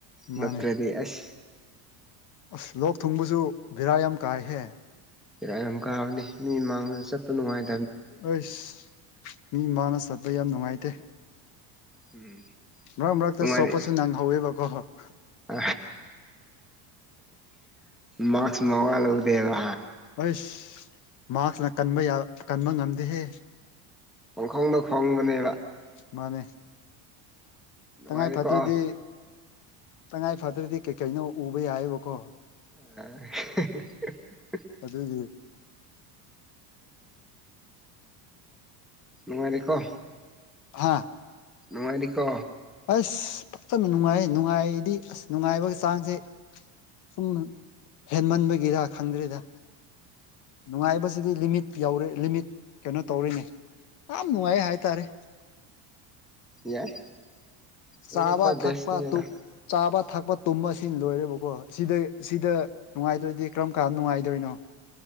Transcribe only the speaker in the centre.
ꯅꯠꯇ꯭ꯔꯗꯤ
ꯑꯁ
ꯀꯔ ꯌꯥꯝ ꯀꯥꯕꯅꯤ ꯃꯤ ꯃꯥꯡꯗ ꯆꯠꯄ ꯅꯨꯡꯉꯥꯏ
ꯎꯝ
ꯅꯨꯡꯉꯥꯏꯔꯦ
ꯑ ꯃꯥꯁ ꯃꯉꯥꯏꯜ ꯎꯗꯦꯕ
ꯈꯣꯡ ꯈꯣꯡꯗ ꯈꯣꯡ ꯃꯅꯤ
ꯅꯨꯡꯉꯥꯏꯔꯤꯀꯣ
ꯑ
ꯅꯨꯡꯉꯥꯏꯔꯤꯀꯣ
ꯅꯨꯡꯉꯥꯏꯔꯤꯀꯣ
ꯌꯥꯏ ꯑꯗꯨꯝ
ꯑꯩꯈꯣꯏ ꯕꯦꯁꯅꯤꯗꯅ